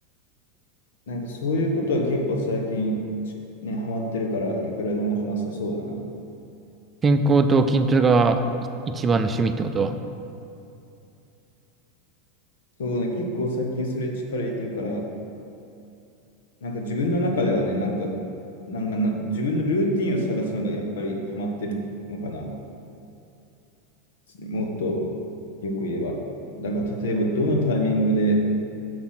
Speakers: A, on the left; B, on the right.
A: なんかそういうことは結構最近、ね、ハマってるから、いくらでも話せそうだな。
B: 健康と筋トレがい一番の趣味ってこと
A: そうね、結構最近それ力入れてるから、なんか自分の中ではね、なんか、なんかな、自分のルーティンを探すのがやっぱりハマってるのかな。もっとよく言えば。だから例えばどのタイミングで、